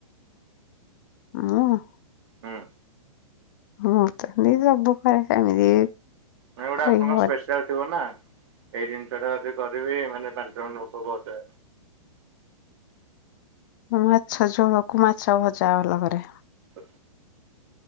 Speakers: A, on the left; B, on the right.
A: ମୁଁ।
B: ହୁଁ।
A: ମୁଁ ତ ସେମିତି ସବୁ କରେ ସେମିତି।
B: ନାଇ ଗୋଟେ
A: କହିହବନି।
B: ଆପଣଙ୍କ ସ୍ପେଶାଲ ଥିବ ନା। ଏଇ ଜିନିଷ ଟା ଯଦି କରିବି ମାନେ ପାଞ୍ଚ ଜଣ ଲୋକ କହୁଥି
A: ମୁଁ ମାଛ ଝୋଳକୁ ମାଛ ଭଜା ଭଲ କରେ।
B: ହ